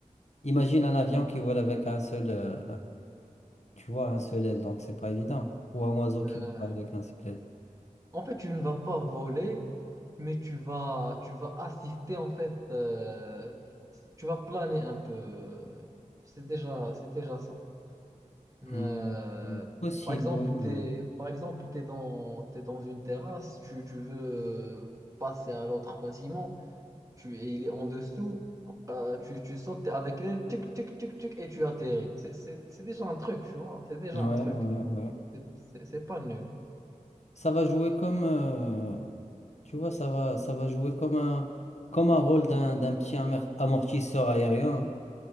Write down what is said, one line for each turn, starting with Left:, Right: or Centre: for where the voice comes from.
Left: Imagine un avion qui vole avec un seul, euh, Tu vois, un seul aile, donc c'est pas évident. Ou un oiseau
Right: euh,
Left: qui vole avec un seul aile.
Right: en fait, tu ne vas pas voler, mais tu vas tu vas assister en fait. euh, tu vas planer un peu. C'est déjà c'est déjà ça. Euh,
Left: Hmm, hmm. Possible,
Right: par exemple,
Left: oui. mais-
Right: t'es par exemple t'es dans t'es dans une terrasse, tu, tu veux passer à l'autre bâtiment. tu, et il est en dessous, euh, tu, tu sautes t'es avec l'aile, tic, tic, tic, tic, et tu atterris. C'est c'est- c'est déjà un truc, tu vois. C'est déjà
Left: Ouais,
Right: un truc.
Left: ouais, ouais.
Right: C'est c'est- c'est pas nul.
Left: Ça va jouer comme, euh, tu vois, ça va, ça va jouer comme un, comme un rôle d'un, d'un petit amor- amortisseur aérien. hein.